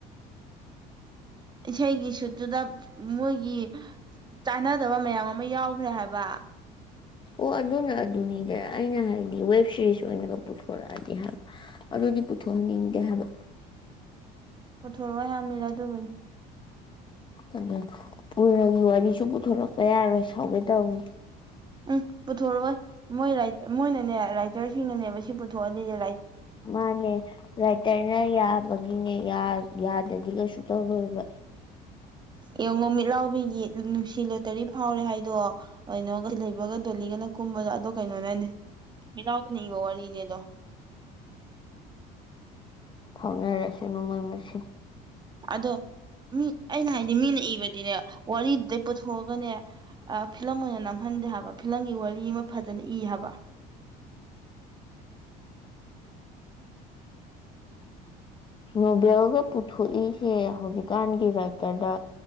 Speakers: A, on the right; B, on the left.
A: ꯏꯁꯩꯒꯤ ꯁꯨꯠꯇꯨꯗ ꯃꯣꯏꯒꯤ ꯆꯥꯟꯅꯗꯕ ꯃꯌꯥꯝ ꯑꯃ ꯌꯥꯎꯈ꯭ꯔꯦ ꯍꯥꯏꯕ
B: ꯑꯣ ꯑꯗꯨꯅ ꯑꯗꯨꯅꯤꯗ ꯑꯩꯅ ꯍꯥꯏꯗꯤ ꯋꯦꯕ ꯁꯤꯦꯔꯤꯁ ꯑꯣꯏꯅꯒ ꯄꯨꯊꯣꯔꯛꯑꯒꯦ ꯍꯥꯏꯕ ꯑꯗꯨꯗꯤ ꯄꯨꯊꯣꯛꯍꯟꯅꯤꯡꯗꯦ ꯍꯥꯏꯕ
A: ꯄꯨꯊꯣꯔꯛꯑꯣ ꯍꯥꯏ ꯌꯥꯝꯅꯤꯔ ꯑꯗꯨꯕꯨꯅꯤ
B: ꯑꯗꯨ ꯄꯨꯔꯒꯤ ꯋꯥꯔꯤꯁꯨ ꯄꯨꯊꯣꯔꯛꯄ ꯌꯥꯔꯣꯏ ꯁꯥꯎꯒꯦ ꯇꯧꯅꯤ
A: ꯎꯝ ꯄꯨꯊꯣꯔꯛꯑꯣꯏ ꯃꯣꯏ ꯃꯣꯏꯅꯅꯦ ꯔꯥꯏꯇꯔꯁꯤꯡꯅꯅꯦꯕ ꯁꯤ ꯄꯨꯊꯣꯛꯑꯗꯤꯗꯤ
B: ꯃꯥꯅꯦ ꯔꯥꯏꯇꯔꯅ ꯌꯥꯕꯒꯤꯅꯦ ꯌꯥꯗ꯭ꯔꯗꯤ ꯀꯩꯁꯨ ꯇꯧꯔꯣꯏꯕ
A: ꯌꯦꯡꯉꯨꯃꯤꯠꯂꯥꯎꯕꯤꯒꯤ ꯅꯨꯡꯁꯤ ꯂꯣꯇꯔꯤ ꯐꯥꯎꯔꯦ ꯍꯥꯏꯗꯣ ꯀꯩꯅꯣꯒ ꯂꯩꯕꯒ ꯗꯣꯜꯂꯤꯒꯅ ꯀꯨꯝꯕꯗꯣ ꯑꯗꯣ ꯀꯩꯅꯣꯅꯅꯦ ꯏꯔꯥꯎꯕꯅꯤ ꯏꯕꯣ ꯋꯥꯔꯤꯅꯦ ꯑꯗꯣ
B: ꯐꯥꯎꯅꯔꯁꯤ ꯅꯣꯡꯃꯩꯃꯁꯤ
A: ꯑꯗꯣ ꯃꯤ ꯑꯩꯅ ꯍꯥꯏꯗꯤ ꯃꯤꯅ ꯏꯕꯗꯤꯅꯦ ꯋꯥꯔꯤꯗꯨꯗꯩ ꯄꯨꯊꯣꯛꯑꯒꯅꯦ ꯐꯤꯂꯝ ꯑꯣꯏꯅ ꯅꯝꯍꯟꯗꯦ ꯍꯥꯏꯕ ꯐꯤꯂꯝꯒꯤ ꯋꯥꯔꯤ ꯑꯃ ꯐꯖꯅ ꯏ ꯍꯥꯏꯕ
B: ꯅꯣꯚꯦꯜꯒ ꯄꯨꯊꯣꯛꯏꯁꯦ ꯍꯧꯖꯤꯛꯀꯥꯟꯒꯤ ꯔꯥꯏꯇꯔꯗ